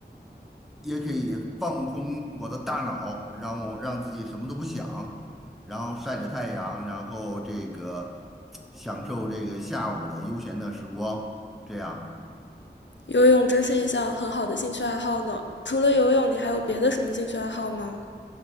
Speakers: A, in the centre; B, on the left.
A: 也可以放空我的大脑，让我让自己什么都不想，然后晒着太阳，然后这个享受这个下午的悠闲的时光，这样。
B: 游泳真是一项很好的兴趣爱好呢。除了游泳，你还有别的什么兴趣爱好吗？